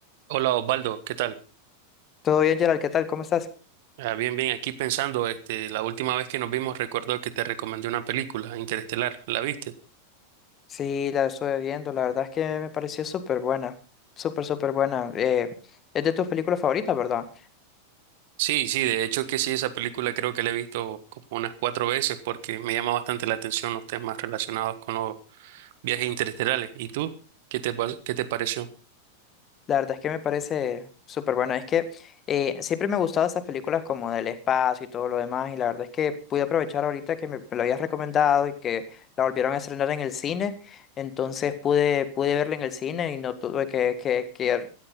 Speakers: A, on the right (about 50°); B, on the left (about 25°).
A: Hola Osvaldo, ¿qué tal?
B: Todo bien, Gerald, ¿qué tal? ¿Cómo estás?
A: Ah, bien, bien, aquí pensando, este, la última vez que nos vimos recuerdo que te recomendé una película, Interestelar, ¿la viste?
B: Sí, la estuve viendo, la verdad es que me pareció súper buena, súper, súper buena. Eh, es de tus películas favoritas, ¿verdad?
A: Sí, sí, de hecho que sí, esa película creo que la he visto como unas cuatro veces porque me llama bastante la atención los temas relacionados con los viajes interestelares. ¿Y tú? ¿Qué te, pa- qué te pareció?
B: La verdad es que me parece súper buena. Es que eh, siempre me gustaban esas películas como del espacio y todo lo demás, y la verdad es que pude aprovechar ahorita que me, me lo habías recomendado y que la volvieron a estrenar en el cine, entonces pude, pude verla en el cine y no tuve que, que, que,